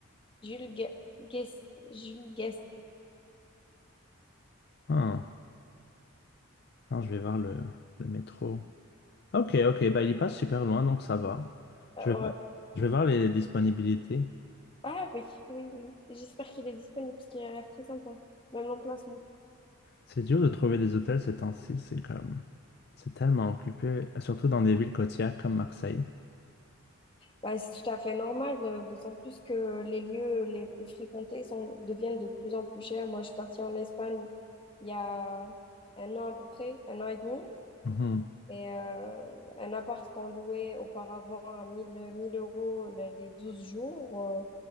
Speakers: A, on the left; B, on the left.
A: Jules Gue- Guest, Jules Guest.
B: Ah, attends, je vais voir le, le métro. OK, OK. Bah, il passe super loin, donc ça va. Je
A: Euh,
B: vais,
A: ouais.
B: je vais voir les disponibilités.
A: Ah oui, oui, oui. J'espère qu'il est disponible parce qu'il a l'air très sympa, même l'emplacement.
B: C'est dur de trouver des hôtels ces temps-ci, c'est comme... C'est tellement occupé, surtout dans des villes côtières comme Marseille.
A: Bah, c'est tout à fait normal, euh, d'autant plus que les lieux les plus fréquentés sont, deviennent de plus en plus chers. Moi, je suis partie en Espagne il y a un an à peu près, un an et demi.
B: Mhm.
A: Et euh, un appart qu'on louait auparavant à mille mille euros les les 12 jours, euh,